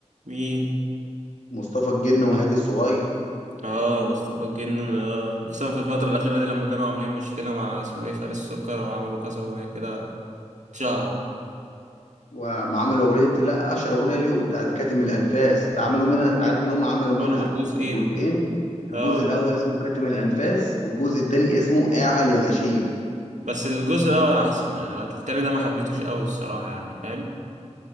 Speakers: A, on the right (about 85°); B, on the left (about 90°).
A: مين
B: مصطفى الجن وهادي الصغير
A: اه مصطفى الجن اه خصوصا في الفترة الأخيرة دي لما كانوا عاملين مشكلة مع اسمه ايه فارس سكر وعملوا كذا أغنية كده اتشهر
B: وعملوا اغنيه لا اشهر اغنيه ليهم بتاعت كاتم الانفاس ده
A: اه
B: عملوا منها انت عارف ان هم عملوا منها
A: عملوا منه جزئين
B: جزئين
A: كده
B: الجزء
A: اه
B: الاول اسمه كاتم الانفاس والجزء الثاني اسمه اعل يا غشيم
A: بس الجزء الأول أحسن يعني التاني ده ما حبيتوش أوي الصراحة يعني فاهم